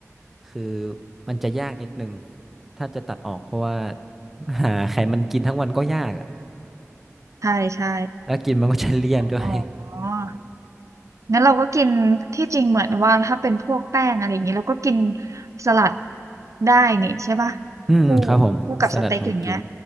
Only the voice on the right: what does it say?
ใช่ใช่
อ๋องั้นเราก็กินที่จริงเหมือนว่าถ้าเป็นพวกแป้งอะไรอย่างนี้เราก็กินสลัดได้นี่ใช่ปะ
คู่คู่กับสเต็กอย่างเงี้ย